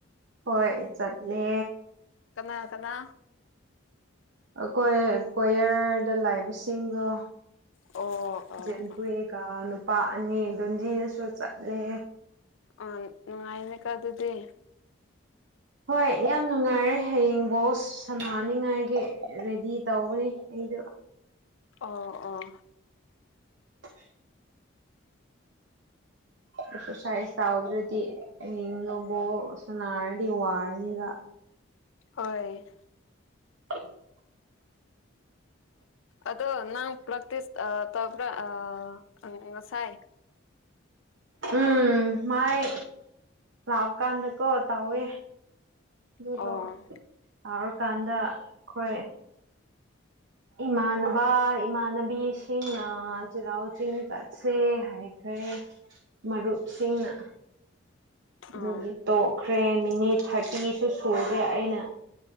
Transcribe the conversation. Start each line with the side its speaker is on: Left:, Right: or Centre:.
Right: ꯍꯣꯏ ꯆꯠꯂꯦ
Left: ꯀꯅꯥ ꯀꯅꯥ
Right: ꯑꯩꯈꯣꯏ ꯀꯣꯌꯔꯗ ꯂꯩꯕꯁꯤꯡꯗꯣ
Left: ꯑꯣ ꯑꯣ
Right: ꯖꯤꯟꯐꯨꯏꯒ
Left: ꯑꯣ
Right: ꯅꯨꯄꯥ ꯑꯅꯤ ꯗꯨꯟꯖꯤꯅꯁꯨ ꯆꯠꯂꯦ
Left: ꯑꯥ ꯅꯨꯡꯉꯥꯏꯅꯦꯀꯣ ꯑꯗꯨꯗꯤ
Right: ꯍꯣꯏ ꯌꯥꯝ ꯅꯨꯡꯉꯥꯏꯔꯦ ꯍꯌꯦꯡ ꯕꯣꯁ ꯁꯥꯟꯅꯅꯤꯉꯥꯏꯒꯤ ꯔꯦꯗꯤ ꯇꯧꯕꯅꯦ ꯑꯩꯗꯣ
Left: ꯑꯣ ꯑꯣ
Right: <inaudible> ꯑꯦꯛꯁꯔꯁꯥꯏꯁ ꯇꯧꯗ꯭ꯔꯗꯤ ꯍꯌꯦꯡꯗꯣ ꯕꯣꯜ ꯁꯅꯥꯔꯗꯤ ꯋꯥꯔꯅꯤꯕ
Left: ꯍꯣꯏ
Right: <inaudible>
Left: ꯑꯗꯣ ꯅꯪ ꯄ꯭ꯔꯥꯛꯇꯤꯁ ꯇꯧꯕ꯭ꯔꯥ ꯑꯥ ꯉꯁꯥꯏ
Right: ꯎꯝ ꯃꯥꯏ ꯂꯥꯛꯄ ꯈꯥꯟꯗ ꯀꯣ ꯇꯧꯋꯦ ꯑꯗꯨꯗꯣ
Left: ꯑꯣ
Right: ꯌꯥꯎꯔꯀꯥꯟꯗ ꯑꯩꯈꯣꯏ ꯏꯃꯥꯟꯅꯕ ꯏꯃꯥꯟꯅꯕꯤꯁꯤꯡꯅ ꯆꯩꯔꯥꯎ ꯆꯤꯡ ꯆꯠꯁꯦ ꯍꯥꯏꯈ꯭ꯔꯦ ꯃꯔꯨꯞꯁꯤꯡꯅ
Left: ꯑꯥ
Right: ꯗꯨꯒꯤ ꯇꯣꯞ ꯈ꯭ꯔꯦ ꯃꯤꯅꯤꯠ ꯊꯥꯔꯇꯤꯁꯨ ꯁꯨꯨꯗꯔꯦ ꯑꯩꯅ